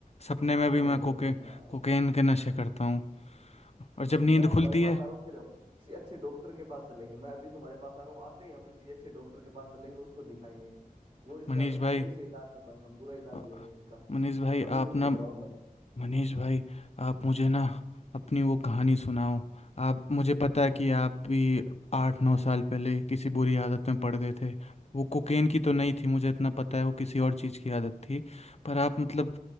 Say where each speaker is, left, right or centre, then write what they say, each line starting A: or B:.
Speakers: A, on the left; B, on the right.
A: सपने में भी
B: अरे
A: मैं
B: नहीं
A: कोके
B: यार
A: कोकेन के नशे करता हूँ और जब
B: नहीं
A: नींद
B: मैं तुम्हारे
A: खुलती
B: पास
A: है
B: आ रहा हूँ फिर अब किसी अच्छे डॉक्टर के पास चलेंगे मैं अभी तुम्हारे पास आ रहा हूँ आते ही हम किसी अच्छे डॉक्टर के पास चलेंगे उसको दिखाएंगे वो इसका
A: मनीष भाई
B: सही से इलाज करवाएंगे हम पूरा इलाज
A: अ,
B: लेंगे इसका
A: मनीष भाई
B: अभी
A: आप
B: तुम
A: ना
B: घबराओ मत
A: मनीष भाई आप मुझे ना अपनी वो कहानी सुनाओ आप मुझे पता है कि आप भी आठ नौ साल पहले किसी बुरी आदत में पड़ गए थे वो कोकेन की तो नहीं थी मुझे इतना पता है वो किसी और चीज़ की आदत थी पर आप मतलब